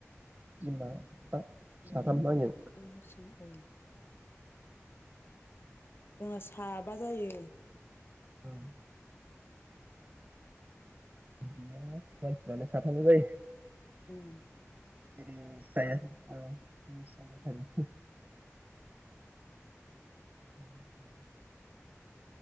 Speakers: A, on the right (about 35°); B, on the left (about 45°).
A: बिमा बिफा
B: बिमा
A: साथाम आंजों
B: बिफा नों हारसिं औ । जोंना साबा जायो
A: औ । बिदिनो मानसिफ्रानो साथामल' जायो ।
B: ओम
A: <unintelligible> <unintelligible>